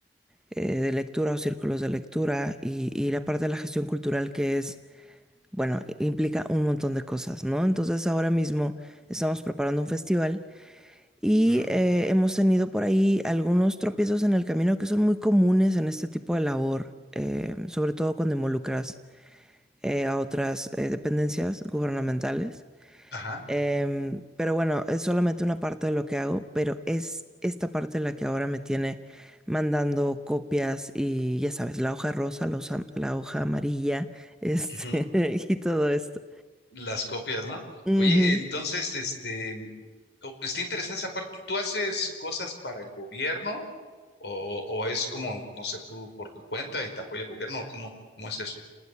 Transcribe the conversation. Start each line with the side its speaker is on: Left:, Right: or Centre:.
Centre: eh, de lectura o círculos de lectura y, y la parte de la gestión cultural que es, bueno, implica un montón de cosas, ¿no? Entonces ahora mismo estamos preparando un festival y
Left: Mm,
Centre: eh, hemos tenido por ahí algunos tropiezos en el camino que son muy comunes en este tipo de labor, eh, sobre todo cuando involucras eh, a otras eh, dependencias gubernamentales.
Left: ajá,
Centre: Em, pero bueno, es solamente una parte de lo que hago, pero es esta parte la que ahora me tiene mandando copias y ya sabes, la hoja rosa, la hoja, la hoja amarilla, este,
Left: ujú.
Centre: <laughs> y todo esto.
Left: las copias, ¿no?
Centre: Ujú.
Left: Oye, entonces, este, o- está interesante esa parte. ¿Tú haces cosas para el gobierno o, o es como, no sé, tú por tu cuenta y te apoya el gobierno o cómo, cómo es eso?